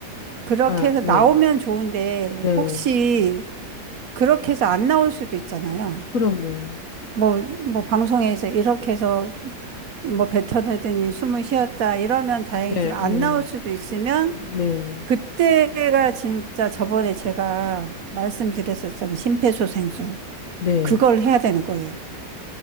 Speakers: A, on the right; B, on the left.
A: 그렇게
B: 아,
A: 해서
B: 네,
A: 나오면 좋은데
B: 네.
A: 혹시 그렇게 해서 안 나올 수도 있잖아요.
B: 그럼요.
A: 뭐, 뭐 방송에서 이렇게 해서 뭐 뱉어내더니 숨을 쉬었다 이러면 다행이지만
B: 네, 네,
A: 안 나올 수도 있으면
B: 네,
A: 그때가 진짜 저번에 제가 말씀드렸었잖아요. 심폐소생술.
B: 네.
A: 그걸 해야 되는 거예요.